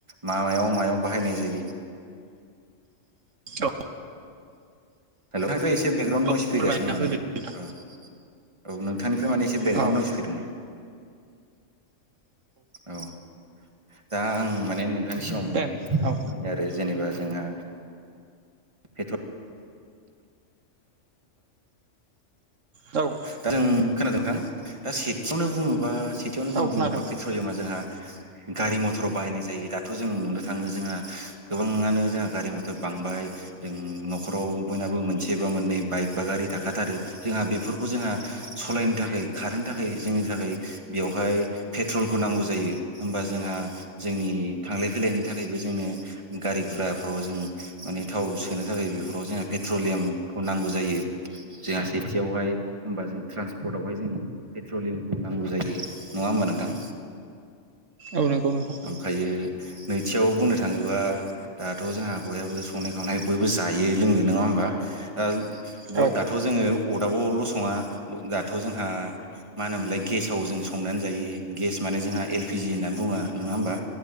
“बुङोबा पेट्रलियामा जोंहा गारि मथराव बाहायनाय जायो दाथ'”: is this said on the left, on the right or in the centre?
Right